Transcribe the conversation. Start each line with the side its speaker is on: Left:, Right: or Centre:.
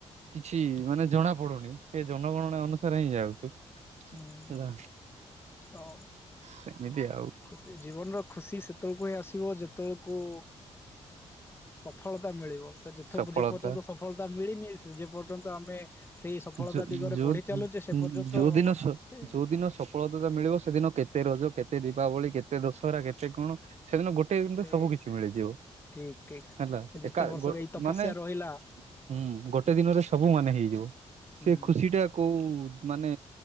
Right: କିଛି ମାନେ ଜଣା ପଡୁନି ସେ ଜନଗଣନା ଅନୁସାରେ ହିଁ ଯାଉଛୁ।
Left: ହୁଁ ହୁଁ
Right: ହେଲା
Left: ତ
Right: ସେମିତି ଆଉ
Left: ଖୁସି ଜୀବନ ର ଖୁସି ସେତେବେଳକୁ ହିଁ ଆସିବ ଯେତେବେଳକୁ ସଫଳତା ମିଳିବ ସେ ଯେ
Right: ସଫଳତା
Left: ଯେ ପର୍ଯ୍ୟନ୍ତ ସଫଳତା ମିଳିନି ଯେ ପର୍ଯ୍ୟନ୍ତ ଆମେ ସେଇ ସଫଳତା
Right: ଯ
Left: ଦିଗରେ
Right: ଯୋଉ
Left: ବଢି ଚାଲୁଛେ ସେ ପର୍ଯ୍ୟନ୍ତ
Right: ଯୋଉ ଦିନ
Left: ଆଉ ସେ
Right: ଯୋଉ ଦିନ ସଫଳତା ମିଳିବ ସେଦିନ କେତେ ରଜ କେତେ ଦୀପାବଳି କେ କେତେ ଦଶହରା କେତେ କଣ ସେଦିନ ଗୋଟେ ଦିନରେ
Left: ଠିକ
Right: ସବୁ କିଛି ମିଳିଯିବ
Left: ଠିକ ଠିକ।
Right: ହେଲା।
Left: ଯେତେ
Right: ଏକା
Left: ବର୍ଷର ଏଇ ତପସ୍ୟା
Right: ମାନେ
Left: ରହିଲା
Right: ହୁଁ ଗୋଟେ ଦିନରେ ସବୁ ସବୁ ମାନେ ହେଇଯିବ। ସେ
Left: ହୁଁ
Right: ଖୁସି ଟା କୋଉ ମାନେ